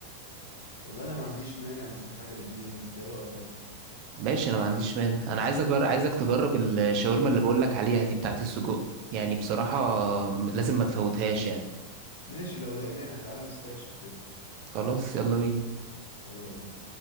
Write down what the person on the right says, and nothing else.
ماشي انا ما عنديش مانع انا عايز أجر... عايزك تجرب الشاورما اللي بقول لك عليها دي بتاعت السجق يعني بصراحه لازم ما تفوتهاش يعني
خلاص يلا بينا